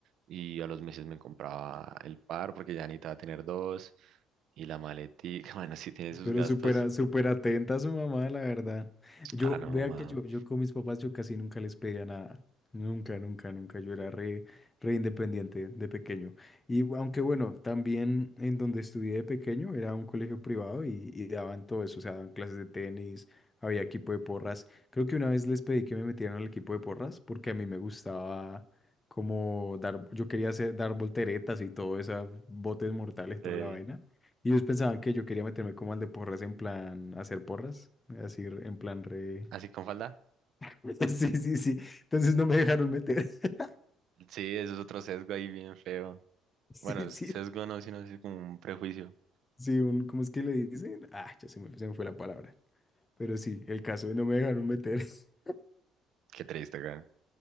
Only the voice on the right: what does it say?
y a los meses me compraba el par porque ya necesitaba tener dos. Y la maletica, <laughs> bueno, sí tiene sus
gastos.
Ah, no,
mamá.
Sí.
¿Así con falda?
Sí, eso es otro sesgo ahí bien feo.
Bueno, sesgo
no, sino así como un prejuicio.
Qué triste, güey.